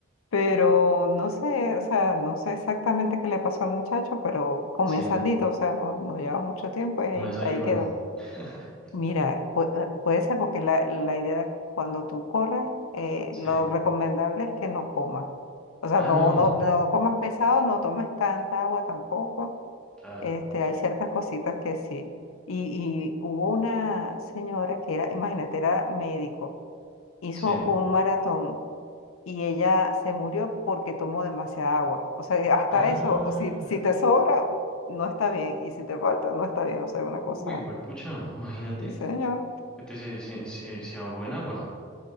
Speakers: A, on the left; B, in the centre.
A: Pero no sé, o sea, no sé exactamente qué le pasó al muchacho, pero comenzandito,
B: sí,
A: o sea, no, no lleva mucho tiempo y ahí,
B: no desayuno,
A: ahí quedó.
B: <laughs>
A: Mira, pu- eh, puede ser porque la, la idea cuando tú corres, eh,
B: sí.
A: lo recomendable es que no comas. O sea,
B: Ah,
A: no,
B: no,
A: no, no comas pesado, no tomes tanta agua tampoco.
B: claro,
A: Este, hay ciertas cositas que sí. Y, y hubo una señora que era, imagínate, era médico, hizo
B: sí.
A: un maratón y ella se murió porque tomó demasiada agua. O sea, eh, hasta
B: Ah,
A: eso, si, si te sobra, no está bien, y si te falta, no está bien. O sea, una cosa,
B: uy, pucha, imagínate
A: sí, señor.
B: que te, se, se, se, se ahogó en agua,